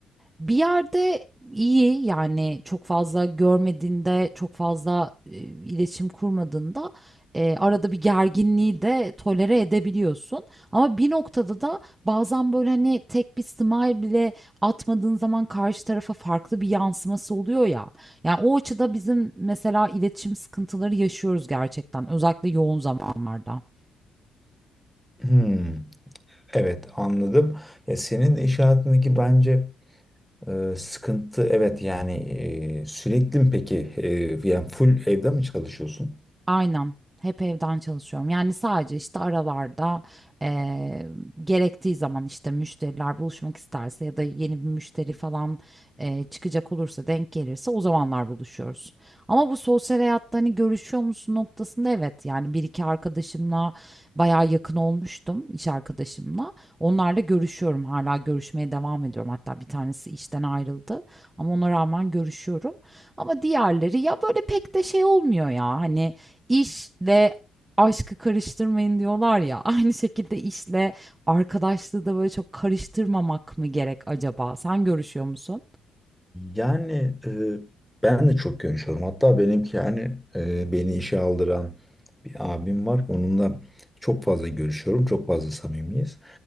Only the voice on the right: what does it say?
Bir yerde iyi yani çok fazla görmediğinde, çok fazla e, iletişim kurmadığında e, arada bir gerginliği de tolere edebiliyorsun. Ama bir noktada da bazen böyle hani tek bir smile bile atmadığın zaman karşı tarafa farklı bir yansıması oluyor ya. Yani o açıda bizim mesela iletişim sıkıntıları yaşıyoruz gerçekten özellikle yoğun zamanlarda.
Aynen. Hep evden çalışıyorum. Yani sadece işte aralarda eee, gerektiği zaman işte müşteriler buluşmak isterse ya da yeni bir müşteri falan eee, çıkacak olursa denk gelirse o zamanlar buluşuyoruz. Ama bu sosyal hayatta hani görüşüyor musun noktasında evet yani bir iki arkadaşımla bayağı yakın olmuştum iş arkadaşımla. Onlarla görüşüyorum hala görüşmeye devam ediyorum. Hatta bir tanesi işten ayrıldı ama ona rağmen görüşüyorum. Ama diğerleri ya böyle pek de şey olmuyor ya hani. İşle aşkı karıştırmayın diyorlar ya. <laughs> Aynı şekilde işle arkadaşlığı da böyle çok karıştırmamak mı gerek acaba? Sen görüşüyor musun?